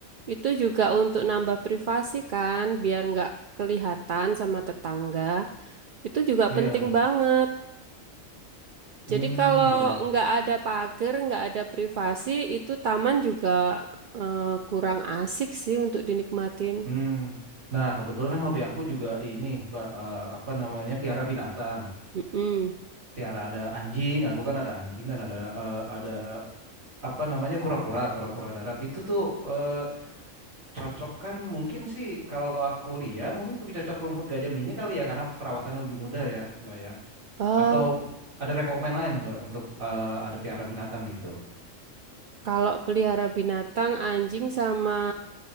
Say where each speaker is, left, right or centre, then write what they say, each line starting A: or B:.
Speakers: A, on the right (about 55°); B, on the right (about 90°).
A: itu juga untuk nambah privasi kan, biar nggak kelihatan sama tetangga. Itu juga
B: iya
A: penting banget.
B: hmm
A: Jadi kalau
B: ya ya
A: nggak ada pagar, nggak ada privasi, itu taman juga eh, kurang asik sih untuk dinikmatin.
B: hmm nah kebetulan kan hobi aku juga ini mbak eh, apa namanya piara binatang
A: Mm-mm.
B: piara ada anjing aku kan ada anjing dan ada eh, ada apa namanya kura-kura kura-kura darat itu tuh eh, cocok kan mungkin sih kalau aku lihat mungkin lebih cocok rumput gajah mini kali ya karena perawatannya lebih mudah ya mbak ya
A: Eh,
B: Atau ada rekomen lain, Mbak, untuk eh, ada piara binatang gitu.
A: kalau pelihara binatang, anjing sama